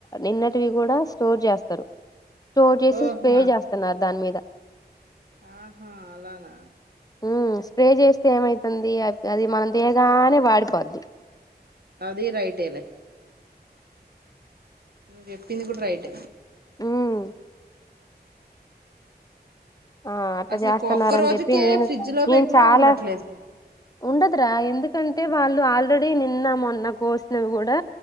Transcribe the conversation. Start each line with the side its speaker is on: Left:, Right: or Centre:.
Left: నిన్నటివి
Right: ఆ!
Left: కూడా స్టోర్ చేస్తారు స్టోర్ చేసి
Right: ఓహో
Left: స్ప్రే చేస్తున్నారు దాని మీద
Right: ఆహా అలానా
Left: ఉమ్ స్ప్రే చేస్తే ఏమైతుంది అ అది మనం తేగానే వాడిపోద్దు
Right: అది రైటేలే నువ్ చెప్పింది కూడా రైట్
Left: ఉమ్ ఆ అట్లా
Right: అసలు
Left: చేస్తున్నారని
Right: ఒక్క రోజుకే
Left: చెప్పి నేను
Right: ఫ్రిడ్జ్ లో
Left: నేను
Right: పెట్టినా
Left: చాలా
Right: ఉండట్లేదు
Left: ఉండదురా ఎందుకంటే వాళ్ళు ఆల్రెడీ నిన్న మొన్న కోసినవి కూడా